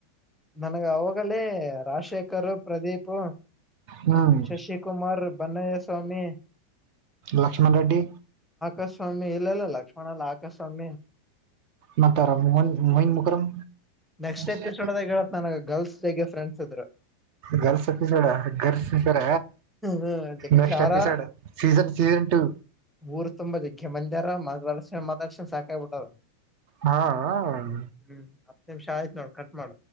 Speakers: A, in the centre; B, on the right (about 40°).
A: ನನಗ ಅವಗ ಲೇ ರಾಜಶೇಖರ್ ಪ್ರದೀಪ್
B: ಹ್ಮ್
A: ಶಶಿಕುಮಾರ್ ಬನ್ನಯ ಸ್ವಾಮಿ
B: ಲಕ್ಷ್ಮಣ ರೆಡ್ಡಿ
A: ಆಕಸ್ವಾಮಿ ಇಲ್ಲಲ್ಲ ಲಕ್ಷ್ಮಣಲ್ಲ ಆಕಸ್ವಾಮಿ
B: ಮಾತಾರ ಮೋಹನ್ ಮೋಹನ್ ಮುಖರಂ
A: ನೆಕ್ಸ್ಟ್
B: ಸೇ
A: ಎಪಿಸೋಡ್ದಾಗ ಹೇಳತ್ ನನಗ ಗರ್ಲ್ಸ್ ಜಗ್ಗೆ ಫ್ರೆಂಡ್ಸ್ ಇದ್ರು
B: ಗರ್ಲ್ಸ್ ಎಪಿಸೋಡ್ ಗರ್ಲ್ಸ್ ಸರ
A: ಹ್ಮ್ ಜಗ್ಗ್ಯಾರ
B: ನೆಕ್ಸ್ಟ್ ಎಪಿಸೋಡ್ ಸೀಸನ್ ಸೀಸನ್ ಟೂ
A: ಊರ್ ತುಂಬಾ ದಗ್ಕ್ಕೆ ಮಂದಿ ಅರಾ ಮ ವರ್ಷ ಮದ ವರ್ಷ ಸಾಕಾಯ್ಬ ಬಿಟ್ಟದ
B: ಹಾ
A: ಹ್ಮ್ ನಿಮ್ ಶಾ ಆಯ್ತ್ ನೋಡ ಕಟ್ ಮಾಡ